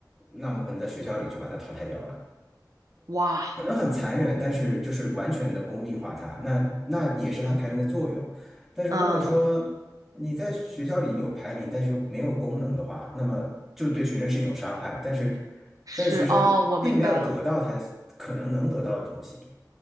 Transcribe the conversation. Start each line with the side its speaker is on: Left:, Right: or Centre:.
Centre: 那我们可能在学校里就把他淘汰掉了。
Right: 哇，
Centre: 可能很残忍，但是就是完全的功利化它，那那也是它排名的作用。但是如果说你在学校里有排名，
Right: 嗯，
Centre: 但是又没有功能的话，那么就对学生是一种伤害。但是
Right: 是哦，
Centre: 但是学生并没有得到他可能能得到的东西。
Right: 我明白了。